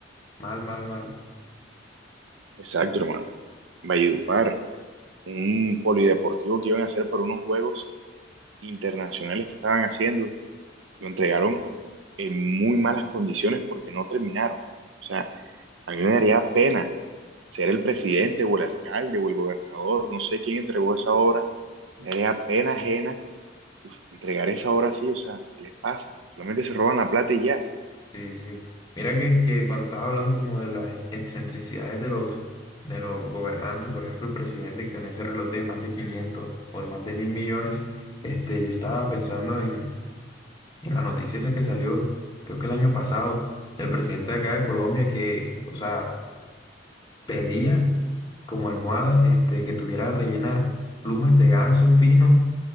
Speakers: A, on the left (about 20°); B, on the right (about 80°).
A: mal, mal, mal.
B: Exacto, hermano. Valledupar, un polideportivo que iban a hacer para unos juegos internacionales que estaban haciendo, lo entregaron en muy malas condiciones porque no terminaron. O sea, a mí me daría pena ser el presidente o el alcalde o el gobernador, no sé quién entregó esa obra, me haría pena ajena uf, entregar esa obra así, o sea, ¿qué les pasa? Solamente se roban la plata y ya.
A: Sí, sí. Mira que, que cuando estabas hablando como de las ex- excentricidades de los, de los gobernantes, por ejemplo, el presidente que con ese reloj de más de 500 o de más de mil millones, este, yo estaba pensando en, en la noticia esa que salió, creo que el año pasado, del presidente de acá de Colombia, que, o sea, Pedía como almohada este, que tuviera rellena plumas de ganso fino.